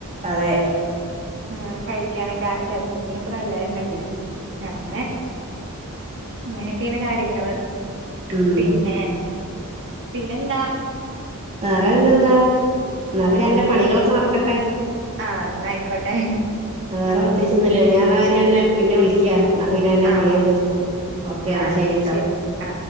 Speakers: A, on the right; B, on the right.
A: അതെ
B: ആ കഴിക്കാനൊക്കെ ശരീരത്തിനൊക്കെ നല്ലതണല്ലേ അങ്ങനെ ഇങ്ങനെയൊക്കെയാണ് കാര്യങ്ങള്
A: ഉം
B: പിന്നെ പിന്നെന്താ
A: വേറെ പിന്നെന്താ എന്നാ
B: ആഹ്
A: പിന്നെ അന്റെ പണികളൊക്കെ നടക്കട്ടെ
B: ആഹ് ന്നാ ആയിക്കോട്ടെ
A: വേറെ പ്രതേ ഞാൻ പിന്നെന്നെ
B: ശരി
A: പിന്നെ വിളിക്ക. എന്നാ പിന്നെ എന്റെ
B: ആഹ്
A: പണിയെ
B: ആഹ്
A: തീർത്തോ
B: ആഹ്
A: ഓക്കേ എന്നാ
B: ആയിക്കോട്ടെ
A: ശരിട്ടോ
B: ശരി ആ